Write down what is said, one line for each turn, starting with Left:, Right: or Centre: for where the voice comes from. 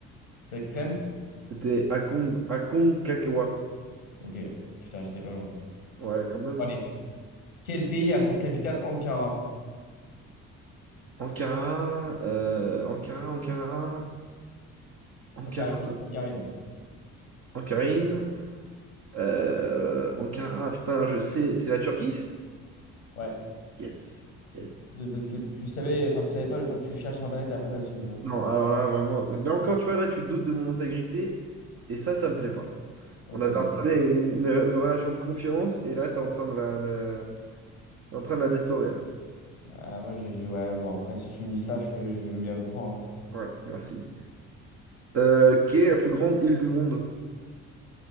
Left: c'est la quatrième?
Right: C'était Acon Aconcagua.
Left: Ok. Putain, j'étais pas loin.
Right: Ouais, quand même,
Left: Allez.
Right: hein.
Left: Quel pays a pour capitale Ankara?
Right: Ankara, euh, Ankara, Ankara, Ankara,
Left: Ankarine. Ankarine.
Right: Ankarine, euh, Ankara, putain, je sais, c'est la Turquie?
Left: Ouais.
Right: Yes. Yes.
Left: Parce que tu savais, enfin, tu savais pas le temps que tu cherches sur Internet et après t'as su ça.
Right: Non, alors là, vraiment, là encore, tu vois, là, tu doutes de mon intégrité, et ça, ça me plaît pas.
Left: Ok,
Right: On avait
Left: ok.
Right: installé une, une relation de confiance, et là, t'es en train de la, la- t'es en train de la déstaurer, là.
Left: Ah, moi, je, ouais, bon, après, si tu me dis ça, je veux, je veux bien te croire. hein.
Right: Ouais, merci. Euh, quelle est la plus grande île du monde?